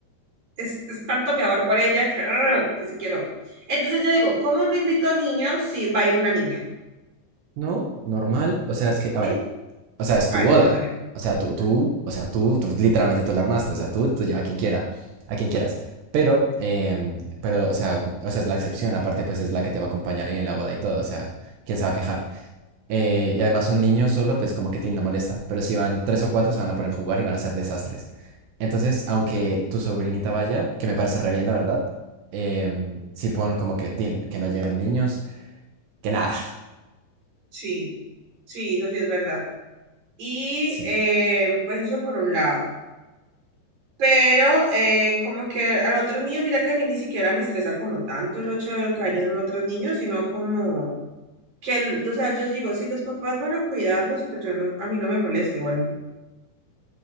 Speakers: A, on the right (about 50°); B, on the right (about 90°).
A: es, es tanto mi amor por ella que, ¡ah! que sí quiero. Entonces yo digo, ¿cómo no invito a niños si va a ir una niña?
B: No, normal. O sea, es que, a
A: ¿Sí?
B: ver, o sea, es tu
A: A ver,
B: boda.
A: cuéntame.
B: O sea, tú,
A: Mm,
B: tú, o sea, tú, tú literalmente tú la armaste. O sea, tú, tú lleva a quien quiera, a quien quieras. Pero, em, pero, o sea, com- o sea, es la excepción. Aparte, pues es la que te va a acompañar ahí en la boda y todo. O sea, ¿quién se va a quejar? Eh, y además un niño solo, pues como que tin, no molesta. Pero si van tres o cuatro, se van a poner a jugar y van a hacer desastres. Entonces, aunque tu sobrinita vaya, que me parece re bien, la verdad, em, sí pon como que tin, que no lleven niños, que nada.
A: Sí, sí, eso sí es verdad. Y
B: Sí,
A: eh, pues eso por un lado. Pero eh, como que al otro niño, mira que a mí ni siquiera me estresa como tanto el hecho de que vayan otros niños, sino como que, el- o sea, yo digo, si los papás van a cuidarlos, pues yo no, a mí no me molesta igual.